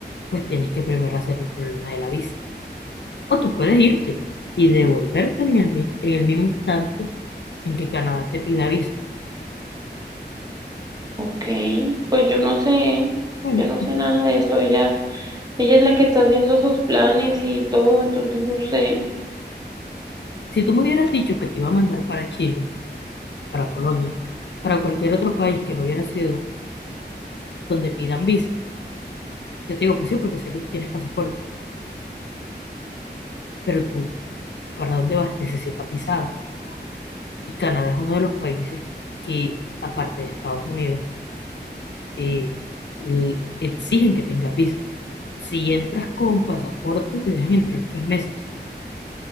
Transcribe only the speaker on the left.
pues tienes que primero hacer el problema de la visa. O tú puedes irte y devolverte en el, mi- en el mismo instante en que Canadá te pida visa.
Bueno,
si tú me hubieras dicho que te iba a mandar para Chile, para Polonia, para cualquier otro país que no hubiera sido donde pidan visa, yo te digo, pues sí, porque sé que tú tienes pasaporte, pero tú, ¿para dónde vas? Necesitas visado. Y Canadá es uno de los países que, aparte de Estados Unidos, eh, le exigen que tengas visa. Si entras con pasaporte, te dejan entrar tres meses,